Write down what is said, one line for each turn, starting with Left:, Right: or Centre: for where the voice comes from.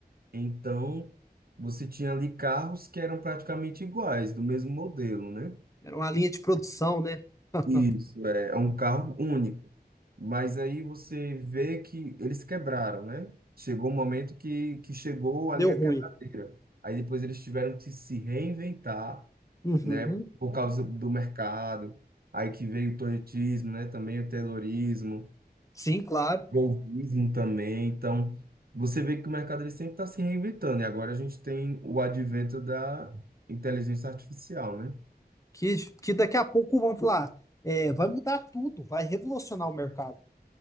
Right: Então, você tinha ali carros que eram praticamente iguais, do mesmo modelo, né?
Left: era uma linha de produção, né? <laughs>
Right: Isso, é, é um carro único. Mas aí você vê que eles quebraram, né? Chegou um momento que, que chegou ali
Left: Deu
Right: a
Left: ruim.
Right: quebradeira. Aí depois eles tiveram que se reinventar,
Left: Uhum,
Right: né? Por causa do mercado. Aí que veio o toyotismo, né? Também o terrorismo,
Left: sim, claro,
Right: o golpismo também. Então, você vê que o mercado ele sempre está se reinventando. E agora a gente tem o advento da inteligência artificial, né?
Left: que, que daqui a pouco vão falar, é, vai mudar tudo, vai revolucionar o mercado.